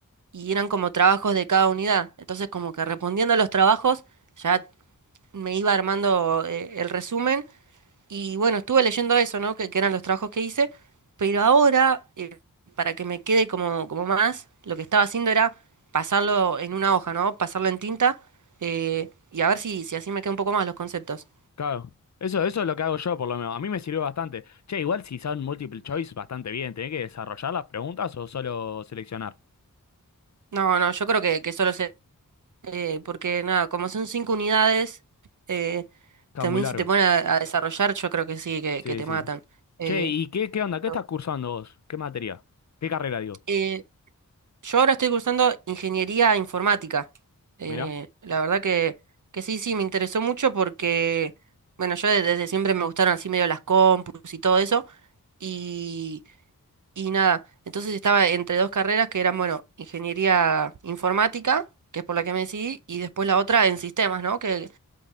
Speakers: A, on the right; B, on the left.
A: y eran como trabajos de cada unidad. Entonces como que respondiendo a los trabajos ya me iba armando eh, el resumen y bueno, estuve leyendo eso, ¿no? Que, que eran los trabajos que hice, pero ahora eh, para que me quede como, como más, lo que estaba haciendo era pasarlo en una hoja, ¿no? Pasarlo en tinta eh, y a ver si, si así me queda un poco más los conceptos.
B: claro. Eso, eso es lo que hago yo, por lo menos. A mí me sirvió bastante. Che, igual si son multiple choice, bastante bien. ¿Tenés que desarrollar las preguntas o solo seleccionar?
A: No, no, yo creo que, que solo eh, porque nada, como son cinco unidades, eh,
B: Está
A: también
B: muy largo.
A: si te ponen a, a desarrollar, yo creo que sí, que,
B: Sí,
A: que te
B: sí.
A: matan. Eh,
B: Che, ¿y qué, qué onda? ¿Qué
A: pero,
B: estás cursando vos? ¿Qué materia? ¿Qué carrera, digo?
A: eh, yo ahora estoy cursando ingeniería informática. Eh,
B: Mirá.
A: la verdad que, que sí, sí, me interesó mucho porque, bueno, yo de- desde siempre me gustaron así medio las compus y todo eso. Y, y nada, entonces estaba entre dos carreras que eran, bueno, ingeniería informática, que es por la que me decidí, y después la otra en sistemas, ¿no? que